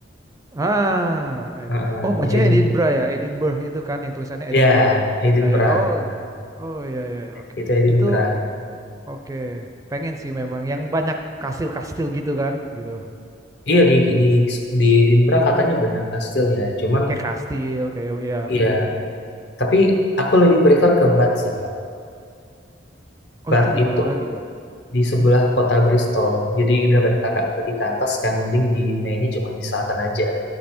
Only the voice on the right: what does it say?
Ah, eh.
oh bacanya
Edinburgh ya, Edinburgh itu kan yang tulisannya Edinburgh.
Ya, ya. Oh, oh ya ya, ya. oke.
Itu oke. Pengen sih memang yang banyak kastil-kastil gitu kan, gitu.
Kayak kastil, kayak ya,
mm, yang.
Oh
itu di
mana lagi tuh?
Mm,